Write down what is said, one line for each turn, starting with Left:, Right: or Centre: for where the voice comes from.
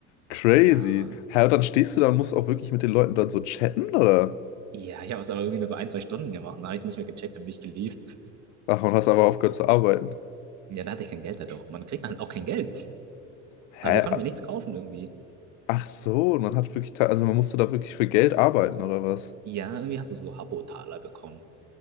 Left: Crazy.
Right: Ja, Mann.
Left: Hä, und dann stehst du da und musst auch wirklich mit den Leuten dann so chatten, oder?
Right: Ja, ich habe es aber irgendwie nur so ein, zwei Stunden gemacht. Dann habe ich es nicht mehr gecheckt, dann bin ich gelieft.
Left: Ach, und hast aber aufgehört zu arbeiten.
Right: Ja, da hatte ich kein Geld halt auch. Man kriegt halt auch kein Geld.
Left: Hä?
Right: Also ich konnte mir nichts kaufen irgendwie.
Left: Ach so, und man hat wirklich, ta- also man musste da wirklich für Geld arbeiten, oder was?
Right: Ja, irgendwie hast du so Habbo-Taler bekommen.